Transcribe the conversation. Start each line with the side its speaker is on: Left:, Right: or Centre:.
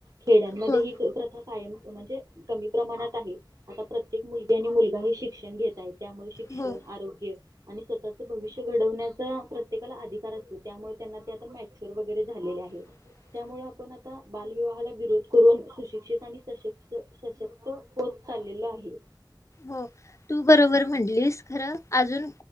Right: खेड्यांमध्ये
Left: हो
Right: ही प्रथा कायम म्हणजे कमी प्रमाणात आहे. आता प्रत्येक मुलगी आणि मुलगा हे शिक्षण घेत आहेत. त्यामुळे शिक्षण,
Left: हो
Right: आरोग्य आणि स्वतःचं भविष्य घडवण्याचा प्रत्येकाला अधिकार असतो. त्यामुळे त्यांना ते आता मॅच्युअर वगैरे झालेले आहे.
Left: <inaudible>
Right: त्यामुळे आपण आता बालविवाहाला विरोध करून सुशिक्षित आणि सशक्त सशक्त होत चाललेलो आहे.
Left: हो तू बरोबर म्हटलीस. खर अजून